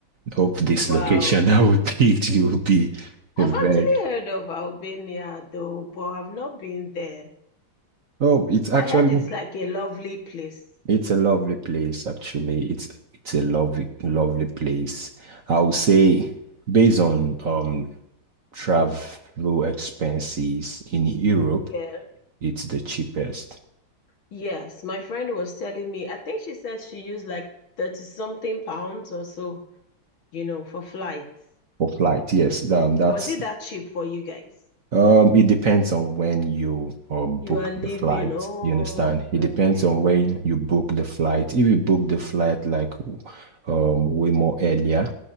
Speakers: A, on the right; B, on the left.
A: hope this
B: Wow.
A: location <laughs> that we picked <laughs> it will be a
B: I've
A: very
B: actually heard of Albania though, but I've not been there.
A: oh, it's actually
B: I heard it's like a lovely place.
A: it's a lovely place, actually. It's it's a lovely lovely place. I would say based on um travel expenses in Europe,
B: Yeah.
A: it's the cheapest
B: Yes, my friend was telling me, I think she said she used like 30 something pounds or so, you know, for flights.
A: for flight. Yes, um, that's
B: Was it that cheap for you guys?
A: um, it depends on when you um, book
B: You are leaving.
A: the flight.
B: Oh,
A: You understand? It
B: okay.
A: depends on when
B: Mm.
A: you book the flight. If you book the flight like um, way more earlier,